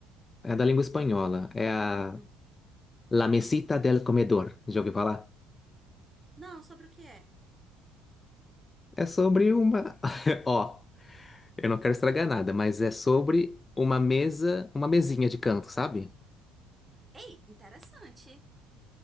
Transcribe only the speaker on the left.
é da língua espanhola. É a
La Mesita del Comedor. Já ouviu falar?
É sobre uma. <laughs> Ó. Eu não quero estragar nada, mas é sobre uma mesa, uma mesinha de canto, sabe?